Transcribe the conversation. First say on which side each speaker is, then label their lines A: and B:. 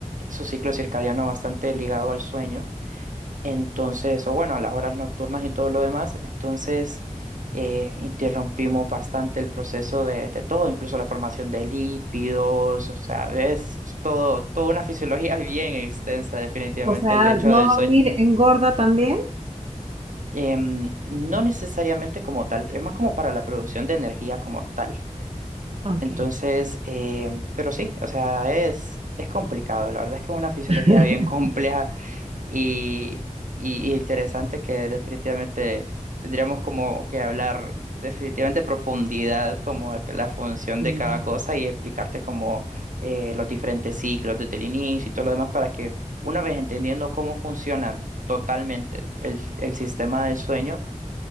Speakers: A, on the right; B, on the right.
A: su ciclo circadiano bastante ligado al sueño. Entonces, o bueno, a las horas nocturnas y todo lo demás, entonces eh, interrumpimos bastante el proceso de, de todo, incluso la formación de lípidos, o sea, es todo, toda una fisiología <laughs> bien extensa, definitivamente,
B: O sea,
A: el hecho
B: ¿no
A: del
B: dormir
A: sueño.
B: engorda también?
A: Em, no necesariamente como tal, es más como para la producción de energía como tal.
B: Ok.
A: Entonces, em, pero sí, o sea, es, es complicado. La verdad es que es una fisiología
B: <laughs>
A: bien <laughs> compleja y, y- y interesante que definitivamente tendríamos como que hablar definitivamente profundidad, como de la función
B: Mm.
A: de cada cosa y explicarte como eh, los diferentes ciclos desde el inicio y todo lo demás para que una vez entendiendo cómo funciona totalmente el el sistema del sueño,